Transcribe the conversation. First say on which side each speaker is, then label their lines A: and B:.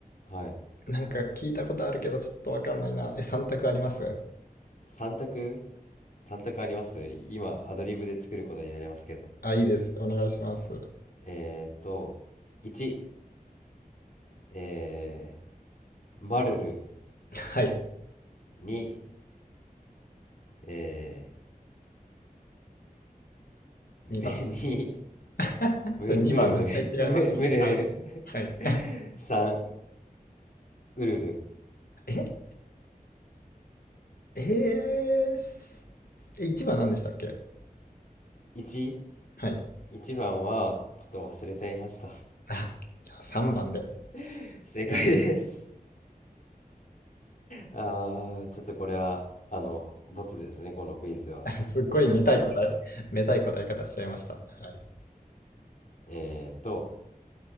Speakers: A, on the left; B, on the left.
A: はい。
B: なんか聞いたことあるけど、ちょっとわかんないな。え、3択あります
A: 3択 ?3 択あります今、アドリブで作ることになりますけど。
B: あ、いいです。お願いします。
A: えーっと、1、えー、マルル。
B: はい。
A: 2、え
B: 2番。
A: ー、
B: <laughs>
A: む
B: それ2番絶対違いますね。
A: <laughs> にムル、ムルル <laughs>。ムル、ムルル
B: はい。はい。
A: <laughs>。3、ウルル。
B: ええー、すえ1番何でしたっけ
A: 1、
B: はい。
A: 1番は、ちょっと忘れちゃいました。
B: あ、じゃあ3番で。
A: <laughs> 正解です。あー、ちょっとこれは、あの、ボツですね、このクイズは。
B: <laughs> すっごいめたい答え、めたい答え方しちゃいました。はい。
A: えーと、